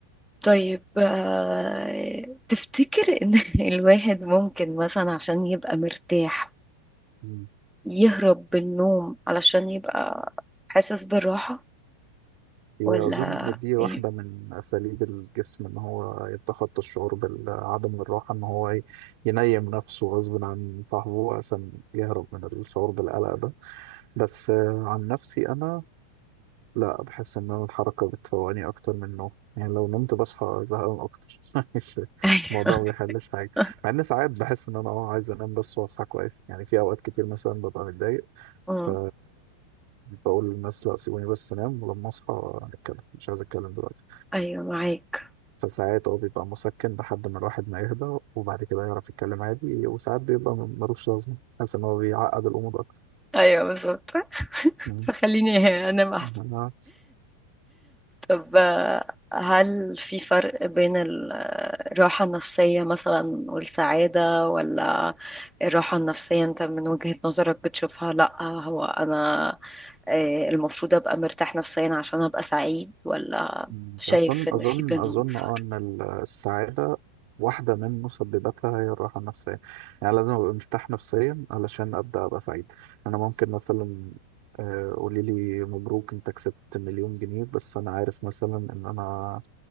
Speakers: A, in the centre; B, on the right (about 45°).
A: طيب آه، تفتكر ان <laughs> الواحد ممكن مثلا عشان يبقى مرتاح
B: مم.
A: يهرب بالنوم علشان يبقى حاسس بالراحة
B: هي
A: ولا
B: أظن دي واحدة
A: ايه
B: من أساليب الجسم إن هو يتخطى الشعور بعدم الراحة إن هو ي- ينيم نفسه غصب عن صاحبه عشان يهرب من الشعور بالقلق ده بس آه، عن نفسي أنا لا بحس ان أنا الحركه بتفوقني اكتر من النوم يعني لو نمت بصحى زهقان اكتر <laughs>
A: ايوه
B: الموضوع
A: <laughs>
B: ما بيحلش حاجه مع ان ساعات بحس ان انا اه عايز انام بس واصحى كويس يعني في اوقات كتير مثلا ببقى متضايق
A: أمم،
B: ف بقول للناس لا سيبوني بس انام ولما اصحى نتكلم مش عايز اتكلم دلوقتي
A: ايوه معاك
B: فساعات هو بيبقى مسكن لحد ما الواحد ما يهدى وبعد كده يعرف يتكلم عادي وساعات بيبقى ملوش لازمه حاسس ان هو بيعقد الامور اكتر
A: ايوه بالظبط
B: مم.
A: فخليني انام احسن
B: آه.
A: طب آه، هل في فرق بين ال- آه، الراحة النفسية مثلا والسعادة ولا الراحة النفسية انت من وجهة نظرك بتشوفها لا هو انا آه، المفروض ابقى مرتاح نفسيا عشان ابقى سعيد ولا
B: مم.
A: شايف
B: أظن
A: ان
B: أظن
A: في بينهم
B: أظن
A: فرق
B: أه إن ال- السعادة واحدة من مسبباتها هي الراحة النفسية يعني لازم أبقى مرتاح نفسيا علشان أبدأ أبقى سعيد أنا ممكن مثلا آه، قولي لي مبروك أنت كسبت مليون جنيه بس أنا عارف مثلا إن أنا